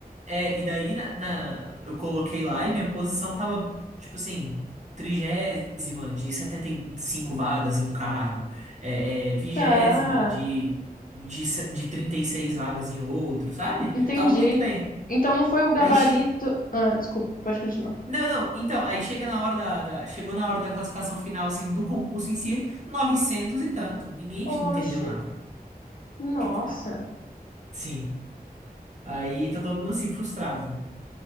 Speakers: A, on the right; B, on the left.
A: É, e daí na, na- eu coloquei lá e minha posição tava, tipo assim, trigésima de 75 vagas em um cargo, é, é, vigésima
B: Tá.
A: de, de, se- de 36 vagas em outro, sabe?
B: Entendi.
A: Tava muito bem.
B: Então não foi o gabarito.
A: Aí. che-
B: Ah, desculpa, pode continuar.
A: Não, não, então, aí chega na hora da, da- Chegou na hora da classificação final, assim, do concurso em si, 900 e tanto. Ninguém
B: Oxe.
A: entendeu nada.
B: Nossa.
A: Que- ah, sim. Aí tá todo mundo assim, frustrado, né?